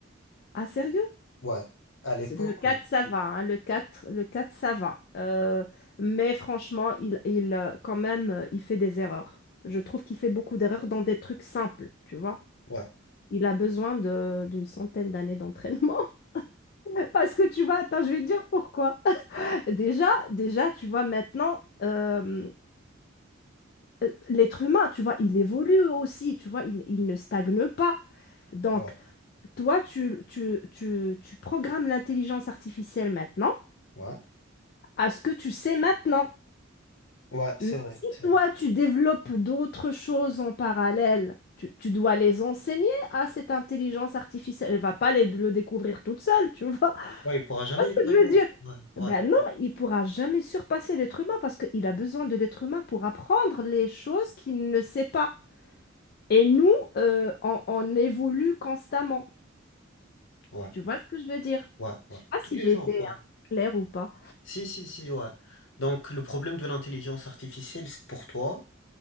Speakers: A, on the left; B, on the left.
A: Ah, sérieux?
B: Ouais, à l'époque,
A: C'est- Le 4
B: oui.
A: ça va. hein, le quatre le quatre ça va. Euh, mais franchement, il, il, euh, quand même, euh, il fait des erreurs. Je trouve qu'il fait beaucoup d'erreurs dans des trucs simples, tu vois.
B: Ouais,
A: Il a besoin de- d'une centaine d'années d'entraînement. <laughs> Parce que tu vois, attends, je vais te dire pourquoi. <laughs> Déjà, déjà, tu vois, maintenant, euh, euh, l'être humain, tu vois, il évolue aussi, tu vois, il, il ne stagne pas. Donc,
B: ouais,
A: toi, tu, tu, tu, tu programmes l'intelligence artificielle maintenant
B: ouais.
A: à ce que tu sais maintenant.
B: Ouais, c'est
A: Mais
B: vrai,
A: si
B: c'est
A: toi,
B: vrai.
A: tu développes d'autres choses en parallèle, tu, tu dois les enseigner à cette intelligence artificielle. Elle va pas les- le découvrir toute seule, tu vois.
B: Ouais, il pourra jamais
A: vois ce
B: les savoir.
A: que je veux dire?
B: Ouais, ouais,
A: Ben non, il pourra jamais surpasser l'être humain parce qu'il a besoin de l'être humain pour apprendre les choses qu'il ne sait pas. Et nous, euh, on, on évolue constamment.
B: ouais.
A: Tu vois ce que je veux dire?
B: Ouais, ouais.
A: Je sais pas si
B: Tous les
A: j'ai
B: jours,
A: été
B: ouais.
A: hein, claire ou pas.
B: Si, si, si, ouais. Donc, le problème de l'intelligence artificielle, c'est- pour toi,